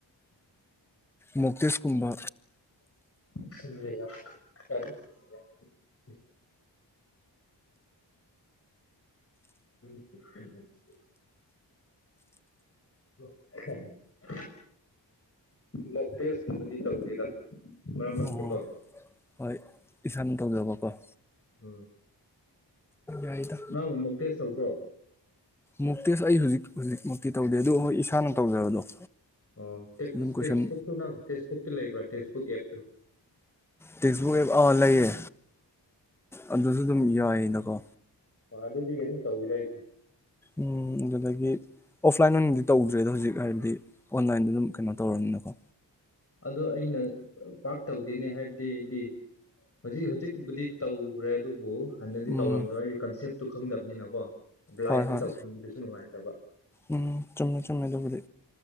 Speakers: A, in the centre; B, on the left (about 30°).
A: ꯃꯣꯛ ꯇꯦꯁꯀꯨꯝꯕ
B: ꯁꯤꯗ ꯌꯥ <unintelligible> <unintelligible> <unintelligible> ꯃꯣꯛꯇꯦꯁ ꯀꯨꯝꯕꯗꯤ ꯇꯧꯗꯦꯗꯥ ꯃꯔꯛ ꯃꯔꯛꯇꯀꯣ
A: ꯑꯣ ꯍꯣꯏ ꯏꯁꯥꯅ ꯇꯧꯖꯕꯀꯣ
B: ꯎꯝ
A: ꯌꯥꯏꯗ
B: ꯅꯪ ꯃꯣꯛꯇꯦꯁ ꯇꯧꯕ꯭ꯔꯣ
A: ꯃꯣꯛꯇꯦꯁ ꯑꯩ ꯍꯨꯖꯤꯛ ꯍꯨꯖꯤꯛ ꯃꯛꯇꯤ ꯇꯧꯗꯦ ꯑꯗꯨ ꯍꯣꯏ ꯏꯁꯥꯅ ꯇꯧꯖꯕꯗꯣ
B: ꯑꯣ ꯇꯦꯛꯁ
A: ꯑꯗꯨꯝ ꯀꯣꯏꯁꯟ
B: ꯇꯦꯛꯁꯕꯨꯛꯇꯨ ꯅꯪ ꯇꯦꯛꯁꯕꯨꯛꯇꯤ ꯂꯩꯕ꯭ꯔꯥ ꯇꯦꯛꯁ ꯄꯨꯛ ꯑꯦꯞꯇꯣ
A: ꯇꯦꯛꯁꯕꯨꯛ ꯑꯦꯞ ꯑꯥ ꯂꯩꯌꯦ ꯑꯗꯨꯁꯨ ꯑꯗꯨꯝ ꯌꯥꯏ ꯑꯗꯀꯣ
B: ꯍꯣꯏ ꯑꯗꯨꯗꯤ ꯑꯗꯨꯝ ꯇꯧꯋꯤꯗ ꯑꯩꯁꯨ
A: ꯎꯝ ꯑꯗꯒꯤ ꯑꯣꯐꯂꯥꯏꯟ ꯑꯣꯏꯅꯗꯤ ꯇꯧꯗ꯭ꯔꯦꯗꯅ ꯍꯧꯖꯤꯛ ꯍꯥꯏꯕꯗꯤ ꯑꯣꯟꯂꯥꯏꯟꯗ ꯑꯗꯨꯝ ꯀꯩꯅꯣ ꯇꯧꯔꯕꯅꯤꯅꯀꯣ
B: ꯑꯗꯣ ꯑꯩꯅ ꯄꯥꯛ ꯇꯧꯗꯦꯅꯦ ꯍꯥꯏꯕꯗꯤ ꯑꯩꯗꯤ ꯍꯧꯖꯤꯛ ꯍꯧꯖꯤꯛꯀꯤꯕꯨꯗꯤ ꯇꯧꯒꯔ꯭ꯦ ꯑꯗꯨꯕꯨ ꯍꯟꯗꯗꯤ
A: ꯎꯝ
B: ꯇꯧꯔꯝꯗꯣꯏ ꯑꯩꯗꯤ ꯀꯟꯁꯦꯞ ꯇꯨ ꯈꯪꯗꯕꯅꯤꯅꯀꯣ ꯕ꯭ꯂꯥꯏꯟꯗ
A: ꯍꯣꯏ ꯍꯣꯏ
B: ꯇꯧꯅꯤꯡꯕꯁꯨ ꯅꯨꯡꯉꯥꯏ ꯇꯕ
A: ꯎꯝ ꯆꯨꯝꯃꯦ ꯆꯨꯝꯃꯦ ꯑꯗꯨꯕꯨꯗꯤ